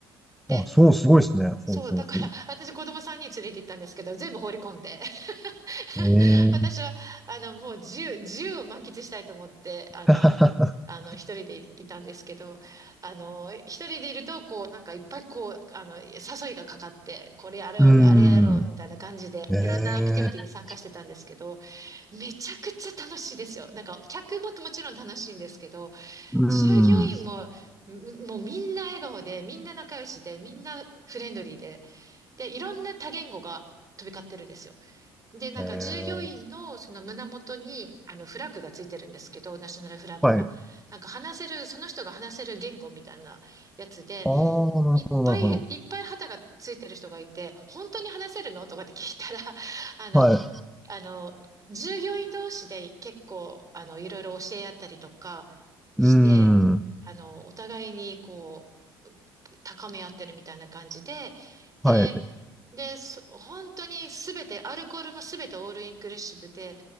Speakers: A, on the right; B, in the centre.
A: で、
B: ー、あ、そう、すごいですね。ほうほうほう。
A: そう、だから、私子供3人連れて行ったんですけど、全部放り込んで、<laughs>
B: えー、
A: 私は、あの、もう自由、自由を満喫したいと思って、あの、
B: <laughs>
A: あの、一人でいたんですけど、あの、一人でいると、こう、なんかいっぱいこう、あの、誘いがかかって、これやろう、
B: うーん。
A: あれやろう、みたいな感じで、
B: ええ、
A: いろんなアクティビティに参加してたんですけど、めちゃくちゃ楽しいですよ。なんか、客ももちろん楽しいんですけど、
B: うん。
A: 従業員も、むもうみんな笑顔で、みんな仲良しで、みんなフレンドリーで、で、いろんな多言語が飛び交ってるんですよ。で、なんか従業員のその胸元にあのフラッグがついてるんですけど、
B: ええ、
A: ナショナルフラッグが。
B: はい。
A: なんか話せる、その人が話せる言語みたいなやつで、
B: ああ、なるほど、
A: いっぱいいっぱい旗がついてる人がいて、
B: なるほど。
A: 本当に話せるのとかって聞いたら、<laughs> あの、
B: はい。
A: あの、従業員同士で結構、あの、いろいろ教え合ったりとかして、
B: うーん。
A: あの、お互いにこう、高め合ってるみたいな感じで、で、
B: はい。
A: で、そ本当にすべて、アルコールもすべてオールインクルーシブで、